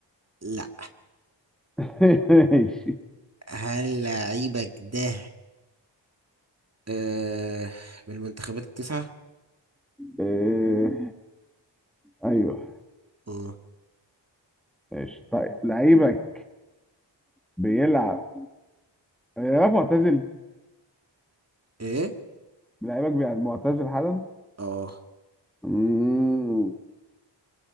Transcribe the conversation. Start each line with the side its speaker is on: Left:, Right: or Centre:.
Right: لا
Centre: <laughs> ماشي
Right: هل لعيبك ده آه من المنتخبات التسعة
Centre: آه، ايوه
Right: مم.
Centre: ماشي طيب لعيبك بيلعب لعيبك معتزل
Right: ايه
Centre: لعيبك بيلعب معتزل حالا
Right: اه
Centre: مم،